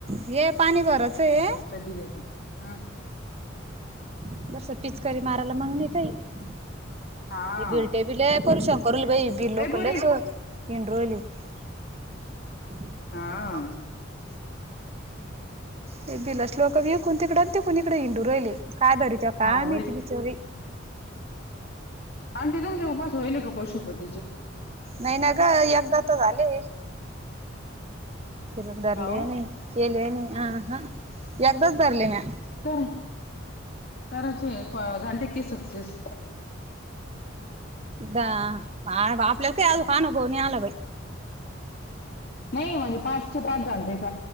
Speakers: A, on the right (about 30°); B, on the left (about 50°).
A: हे पाणी भरच हे
B: आमच्यात दिल्याकी हा.
A: दरस पिचकारी मारायला मागणे काही
B: हा
A: बिलटे बिले पर शंकरल बाई <unintelligible>
B: ए पोरी हा <inaudible>
A: ते दिल्यास लोक विकून तिकड आणि ती कुणीकडे हिंडून राहिली. काय बरी त्या काय
B: हा
A: माहित
B: बाई
A: बिचारी.
B: आंटी तुमचे उपवास होईल का पशुपतीचे?
A: नाही ना ग, एकदा तर झाली. फिरून धरले
B: हाव
A: नई, केले नई, आहा एकदाच धरले ना.
B: तर. कराचे झालते की सक्सेस.
A: जा, आपल्याला काय अजून अनुभव नाही आला बाई.
B: नाही म्हणजे पाचचे पाच झालतेत.